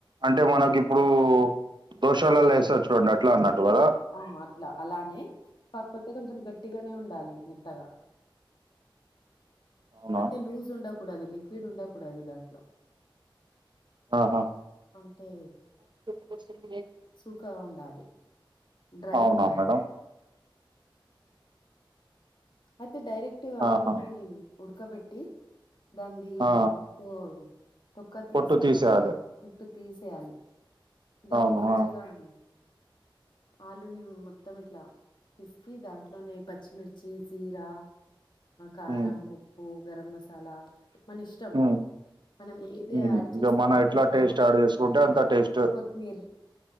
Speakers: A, on the right (about 60°); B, on the left (about 60°).
A: అంటే మనకి ఇప్పుడు దోషాలలో వేస్తేారు చూడండి అట్లా అన్నట్టు కదా
B: ఆ అట్లా అలానే కాకపోతే కొంచెం గట్టిగానే ఉండాలి మెత్తగా
A: అవునా
B: అంటే లూజ్ ఉండకూడదు లిక్విడ్ ఉండకూడదు దాంట్లో
A: ఆహా
B: అంటే
A: <unintelligible>
B: సూకా ఉండాలి డ్రై
A: అవునా
B: ఉండాలి
A: మేడం
B: అయితే డైరెక్ట్
A: ఆహా
B: ఆలుని ఉడక పెట్టి దాంది
A: ఆ.
B: వో పొక్క తీసి
A: పొట్టు తీసేయాలి
B: కుట్టు తీసేయాలి దాన్ని
A: అవును
B: మంచిగా
A: ఆ
B: ఉ ఆలుని మొత్తం ఇట్లా పిసికి దాంట్లోనే ప పచ్చిమిర్చి జీరా కారం
A: ఉమ్
B: ఉప్పు గరం మసాలా మన ఇష్టం
A: ఉమ్
B: మనం ఏది
A: ఉహు
B: యాడ్
A: ఇగ
B: చేసుకుంటే
A: మనం ఎట్లా
B: కొత్తిమీరు
A: టేస్ట్ యాడ్ చేసుకుంటే అంత టేస్ట్
B: కొత్తిమీర్